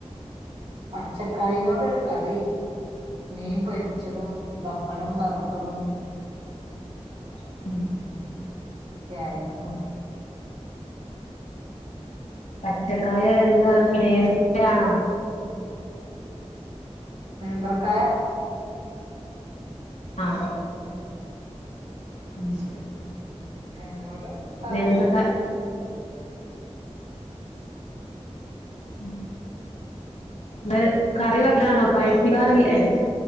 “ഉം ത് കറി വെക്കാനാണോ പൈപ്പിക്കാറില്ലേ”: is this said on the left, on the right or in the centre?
Left